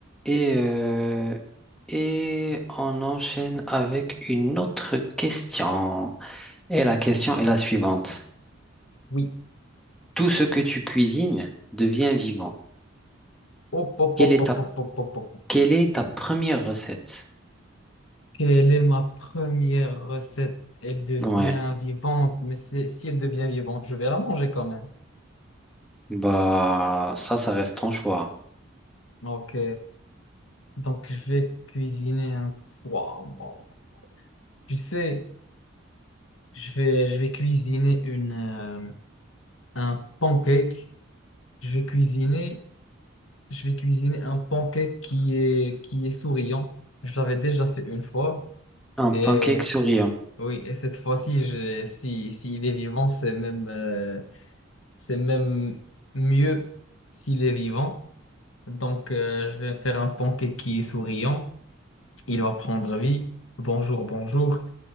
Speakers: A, in the centre; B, on the left.
A: Et, euh, et on enchaîne avec une autre question. Et la question est la suivante.
B: Oui.
A: Tout ce que tu cuisines devient vivant.
B: Hop, hop,
A: Quelle
B: hop,
A: est ta,
B: hop, hop, hop, hop, hop.
A: quelle est ta première recette?
B: Quelle est ma première recette? Elle devient
A: Ouais,
B: vivante, mais c'est- si elle devient vivante, je vais la manger quand même.
A: bah ça, ça reste ton choix.
B: Ok. Donc, je vais cuisiner un... Waouh, waouh. Tu sais, je vais, je vais cuisiner une, euh, un pancake. Je vais cuisiner, je vais cuisiner un pancake qui est, qui est souriant. Je l'avais déjà fait une fois.
A: Un
B: Et
A: pancake souriant.
B: oui, et cette fois-ci, je- si, s'il est vivant, c'est même... euh, C'est même mieux s'il est vivant. Donc, euh, je vais faire un pancake qui est souriant. Il va prendre vie. Bonjour, bonjour.